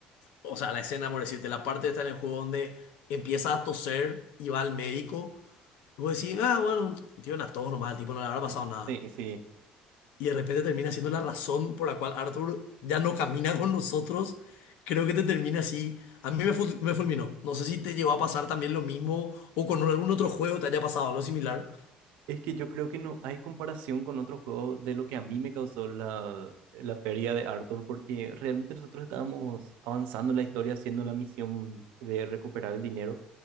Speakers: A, on the left; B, on the right.
A: o sea, la escena, por decirte, la parte está en el juego donde empieza a toser y va al médico. Y vos decís, ah, bueno, tiene una tos nomás, al tipo no le habrá pasado
B: Eh,
A: nada.
B: Sí, sí.
A: Y de repente termina siendo la razón por la cual Arthur ya no camina con nosotros. Creo que te termina así. A mí me, ful- me fulminó. No sé si te llegó a pasar también lo mismo o con algún otro juego te haya pasado algo similar.
B: Es que yo creo que no hay comparación con otro juego de lo que a mí me causó la, la pérdida de Arthur, porque realmente nosotros estábamos avanzando en la historia haciendo la misión de recuperar el dinero